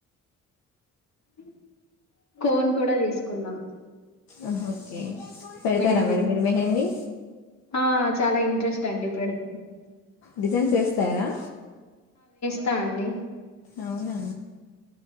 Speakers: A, on the left (about 45°); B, on the left (about 75°).
A: ఉ కోన్ కూడా తీసుకున్నాం
B: ఆహా ఓకే పెడతారా
A: మెహందీ
B: మరి మీరు మెహందీ
A: ఆ చాలా ఈ ట్రెస్ట్ అండి పెడత
B: డిజైన్స్ యేస్తారా
A: త్త అండి
B: అవునా